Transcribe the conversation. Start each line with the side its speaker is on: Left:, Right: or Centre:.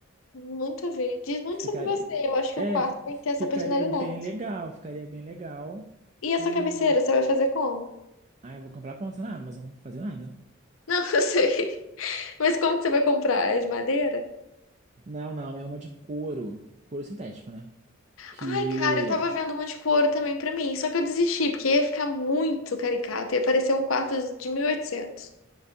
Left: Muito a ver. Diz muito
Right: Ficaria,
Left: sobre você. Eu acho que
Right: é,
Left: o quarto
Right: fi-
Left: tem
Right: ficaria
Left: que ter essa personalidade.
Right: bem legal, ficaria bem legal.
Left: E essa
Right: E,
Left: cabeceira, você vai fazer como?
Right: ah, eu vou comprar pronta na Amazon, não vou fazer nada.
Left: Não, <laughs> eu sei. Mas como que você vai comprar? É de madeira?
Right: Não, não, é uma de couro, couro sintético, né? Que,
Left: Ai, cara, eu tava vendo uma de couro também pra mim, só que eu desisti, porque ia ficar muito caricato, ia parecer um quarto de 1800.